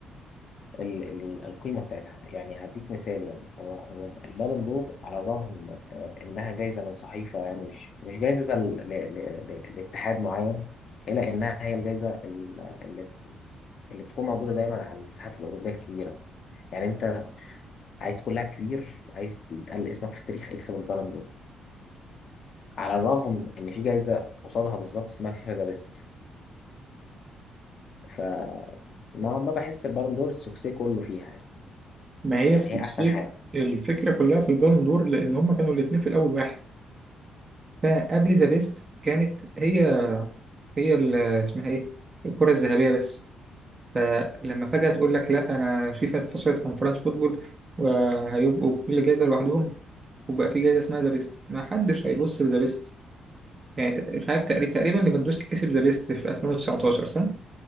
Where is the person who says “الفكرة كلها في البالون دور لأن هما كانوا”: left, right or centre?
Right